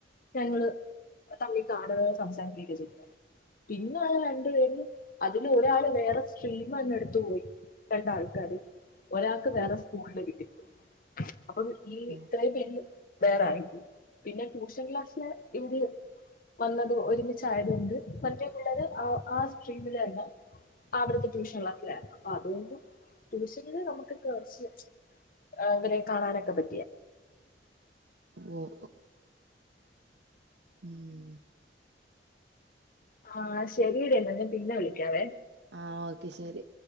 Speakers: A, on the left; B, on the right.
A: ഞങ്ങള് തമ്മിൽ കാണുകയോ സംസാരിക്കുകയോ ഒക്കെ ചെയ്യുന്നത് പിന്നൊള്ള രണ്ട് പേരും അതില് ഒരാള് വേറെ സ്ട്രീം തന്നെ എടുത്തു പോയി രണ്ടാൾക്കാര് ഒരാക്ക് വേറെ സ്കൂളില് കിട്ടി പോയി അപ്പം ഈ
B: ഓ
A: ഇത്രേം പേരില് വേറാരിക്കും പിന്നെ ട്യൂഷൻ ക്ലാസ്സില് ഇവര് വന്നത് ഒരുമിച്ചായത് കൊണ്ട് മറ്റേ പിള്ളാര് ആഹ് ആഹ് സ്ട്രീമില് തന്നെ അവിടുത്തെ ട്യൂഷൻ ക്ലാസ്സിലാരുന്നു അതുകൊണ്ട് ട്യൂഷനില് നമുക്ക് ക്ക് കൊറച്ച് ആഹ് ഇവരെ കാണാനക്കെ പ
B: ഉം ഉം
A: ആഹ് ശെരിയെടി എന്നാ ഞാൻ പിന്നെ വിളിക്കാവേ
B: ആഹ് ഓക്കെ ശെരി